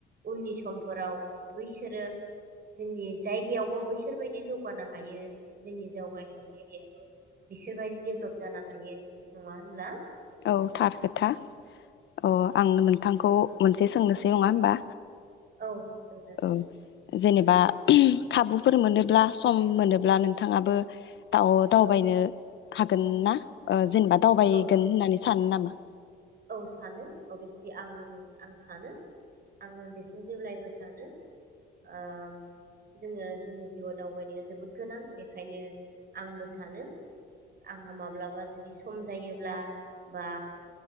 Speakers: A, on the right; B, on the left.
A: उननि समफोराव बैसोरो जोंनि जायगायावबो बैसोरबायदि जौगानो हायो जोंनि जौगाया जायगायाबो बिसोरबायदि डेभलप जानो हायो। नङा होनब्ला?
B: औ थार खोथा अ आं नोंथांखौ मोनसे सोंनोसै नङा होमबा
A: औ सोंजागोन।
B: औ जेनेबा खाबुफोर मोनोब्ला सम मोनोब्ला नोंथाङाबो दाव-दावबायनो
A: औ
B: हागोन ना ओ जेनेबा दावबायगोन
A: औ
B: होननानै सानो नामा?
A: औ सानो अभियसलि आं आं सानो आङो बेखौ जेब्लायबो सानो ओ जोङो जोंनि जिउआव दावबायनाया जोबोद गोनां बेखायनो आंबो सानो आंहा माब्लाबा जुदि सम जायोब्ला बा